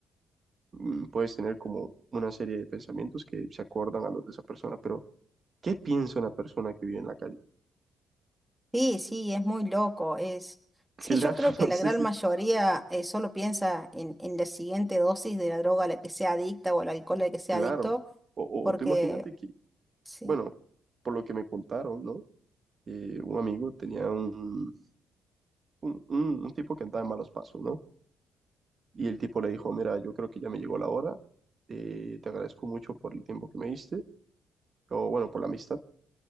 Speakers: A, on the right; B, in the centre.
A: Mm, puedes tener como una serie de pensamientos que se acordan a los de esa persona, pero ¿qué piensa una persona que vive en la calle?
B: Sí, sí, es muy loco, es...
A: <laughs>
B: Sí,
A: Claro,
B: yo creo que la
A: <laughs> sí,
B: gran
A: sí,
B: mayoría eh, solo piensa en, en la siguiente dosis de la droga a la que sea adicta o el alcohol al que sea
A: claro.
B: adicto,
A: O,
B: porque
A: o tú imagínate que,
B: sí.
A: bueno, por lo que me contaron, ¿no? eh, un amigo tenía un, un, un- un tipo que andaba en malos pasos, ¿no? Y el tipo le dijo, mira, yo creo que ya me llegó la hora, eh, te agradezco mucho por el tiempo que me diste, o bueno, por la amistad,